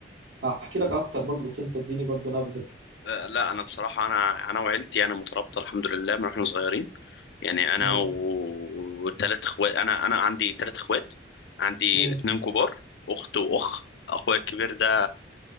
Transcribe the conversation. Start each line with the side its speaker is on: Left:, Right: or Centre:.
Right: هحكي لك اكتر برضو بس انت اديني برضو نبذه كده.
Left: آه لا انا بصراحة انا انا وعيلتي انا مترابطة الحمد لله من واحنا صغيرين يعني انا
Right: مم.
Left: و- وثلاث اخوات انا انا عندي ثلاث اخوات عندي
Right: مم.
Left: اتنين كبار اخت واخ اخويا الكبير ده